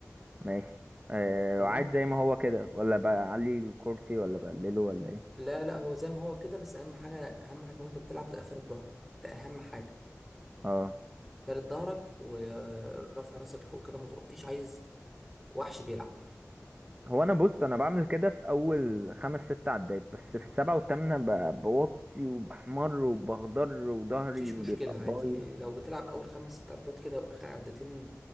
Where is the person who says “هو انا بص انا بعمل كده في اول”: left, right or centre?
Right